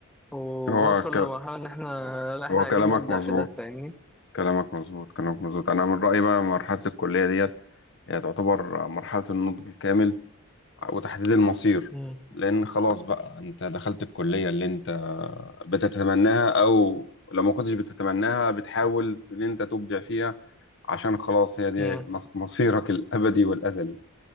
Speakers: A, in the centre; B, on the left (about 55°).
A: وبنوصل
B: هو ك...
A: لمرحله ان احنا لا احنا
B: هو
A: عايزين
B: كلامك
A: نبدا
B: مظبوط
A: في ده فاهمني
B: كلامك مظبوط كلامك مظبوط أنا من رأيي بقى مرحلة الكلية ديت هي تعتبر مرحلة النضج الكامل وتحديد المصير
A: امم
B: لأن خلاص بقى أنت دخلت الكلية اللي أنت بتتمناها أو لو ما كنتش بتتمناها بتحاول إن أنت تبدع فيها عشان خلاص هي دي
A: امم
B: مص- مصيرك الأبدي والأزلي